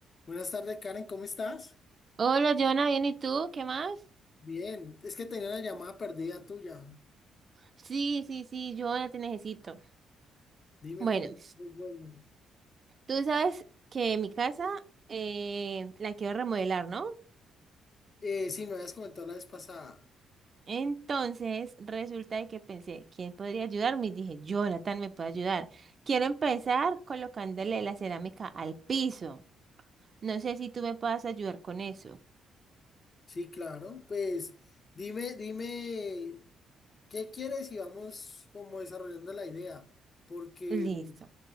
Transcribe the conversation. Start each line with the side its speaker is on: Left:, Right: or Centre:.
Left: Buenas tardes, Karen, ¿cómo estás?
Right: Hola, Jonah, ¿bien y tú? ¿Qué más?
Left: Bien, es que tenía una llamada perdida tuya.
Right: Sí, sí, sí, Jonah, te necesito.
Left: Dime,
Right: Bueno,
Left: por muy buena.
Right: tú sabes que mi casa eh, la quiero remodelar, ¿no?
Left: Eh, sí, me habías comentado la vez pasada.
Right: Entonces, resulta de que pensé, ¿quién podría ayudarme? Y dije, Jonathan me puede ayudar. Quiero empezar colocándole la cerámica al piso. No sé si tú me puedas ayudar con eso.
Left: Sí, claro, pues dime, dime, ¿qué quieres? Y vamos como desarrollando la idea, porque
Right: Listo.